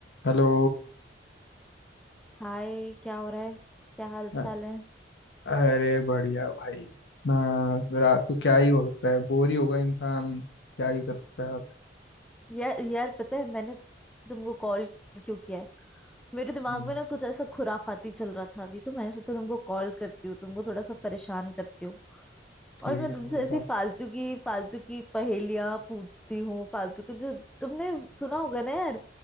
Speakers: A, on the left (about 70°); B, in the centre.
A: Hello
B: हाय क्या हो रहा है क्या हाल चाल
A: अ-
B: है
A: अरे बढ़िया भाई ना रात को क्या ही हो सकता है बोर ही होगा इंसान क्या ही कर सकता है और
B: यार यार पता है मैंने तुमको कॉल क्यों किया है मेरे दिमाग
A: हम्म,
B: में ना कुछ ऐसा खुराफाती चल रहा था अभी तो मैंने सोचा तुमको कॉल करती हूँ तुमको थोड़ा सा परेशान करती हूँ
A: ठीक
B: और मैं
A: है
B: तुमसे
A: बताओ
B: ऐसी फालतू की फालतू की पहेलियां पूछती हूँ फालतू की जो तुमने सुना होगा ना यार